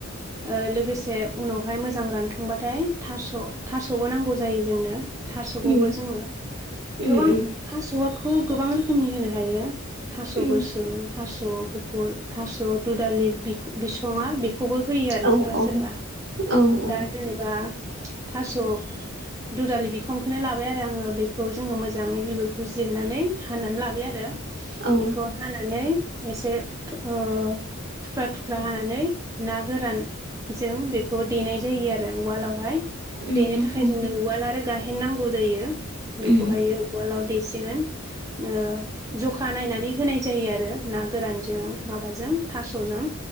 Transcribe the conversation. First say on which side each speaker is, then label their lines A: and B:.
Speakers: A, on the right; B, on the right.
A: ओ लोगोसे उनावहाय मोजां रानखांबाथाय थास' थास'बो नांगौ जायो जोंनो थास'खौबो
B: उम
A: जोङो
B: उम
A: गोबां
B: उम
A: थास' खौ गोबां रोखोमनि होनो हायो। थास'
B: उम
A: गोसोम थास' स' गुफुर थास' दु दालि बिख- बिसङा बे खौबो होयो आरो
B: औ
A: सोरबा
B: औ
A: सोरबा।
B: औ औ
A: दा जेनेबा थास' दुदालि बिखंखौनो लाबाय आरो आङो बेखौ जोङो मोजाङै बिगुरखौ जिरनानै हानानै लाबाय आरो।
B: औ
A: बेखौ हानानै एसे ओ थुख्रा थुख्रा हानानै ना गोरान जों बेखौ देनाय जायो आरो उवालावहाय। देनो
B: उम उम
A: थाखाय जोंनो उवाल आरो गाहेन नांगौ जायो बेखौहायो
B: उम
A: उवालाव देसिगोन। ओ जखा नायनानै होनाय जायो आरो ना गोरानजों माबाजों थास'जों।